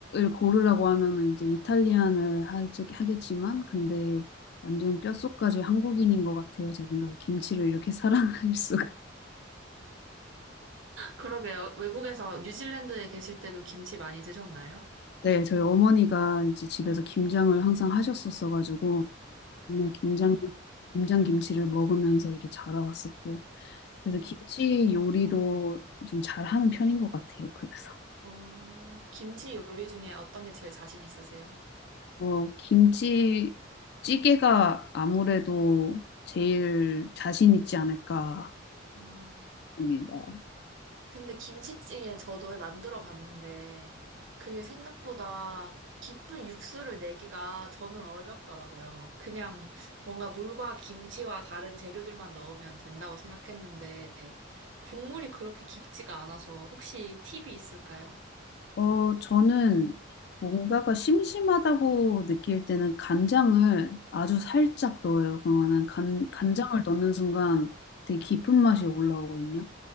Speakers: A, on the left; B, on the right.
A: 고르라고 하면은 이제 이탈리안을 하지, 하겠지만, 근데 완전 뼛속까지 한국인인 것 같아요. 제 생각에 김치를 이렇게 <laughs> 사랑할 수가.
B: 그러게요. 외국에서 뉴질랜드에 계실 때도 김치 많이 드셨나요?
A: 네, 저희 어머니가 이제 집에서 김장을 항상 하셨었어가지고, 맨날 김장,
B: 대박.
A: 김장 김치를 먹으면서 이렇게 자라왔었고, 그래서
B: 아.
A: 김치 요리도 좀 잘하는 편인 것 같아요. 그래서.
B: 어, 김치 요리 중에 어떤 게 제일 자신 있으세요?
A: 어, 김치찌개가 아무래도 제일 자신 있지 않을까.
B: 아.
A: 맞습니다.
B: 근데 김치찌개 저도 만들어 봤는데 그게 생각보다 깊은 육수를 내기가 저는 어렵더라고요. 그냥 뭔가 물과 김치와 다른 재료들만 넣으면 된다고 생각했는데 국물이 그렇게 깊지가 않아서 혹시 팁이 있을까요?
A: 어, 저는 뭔가가 심심하다고 느낄 때는 간장을 아주 살짝 넣어요. 그러면은 간, 간장을
B: 음.
A: 넣는 순간 되게 깊은 맛이 올라오거든요.